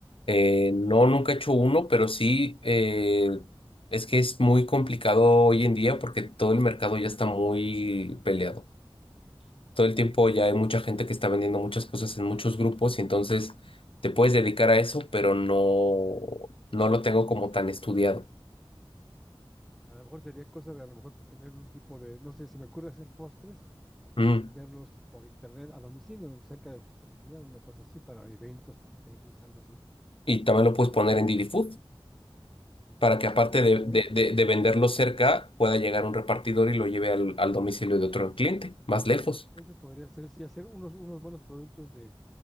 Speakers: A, on the left; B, in the centre.
A: Eh, no, nunca he hecho uno, pero sí, eh, es que es muy complicado hoy en día porque todo el mercado ya está muy peleado. Todo
B: Ya.
A: el tiempo ya hay mucha gente que está vendiendo muchas cosas en muchos grupos y entonces te puedes dedicar a eso, pero no, no lo tengo como tan estudiado.
B: A lo mejor sería cosa de a lo mejor tener un tipo de, no sé, se me ocurre hacer postres
A: Mm.
B: y venderlos por internet a domicilio, cerca de tu comunidad, una cosa así, para eventos, pasteles, algo así.
A: Y también lo puedes poner en Didi Food para que
B: Ah,
A: aparte
B: claro,
A: de,
B: también.
A: de, de- de venderlo cerca, pueda llegar un repartidor y lo lleve al, al domicilio de otro cliente, más lejos.
B: Eso podría ser, sí, hacer unos, unos buenos productos de,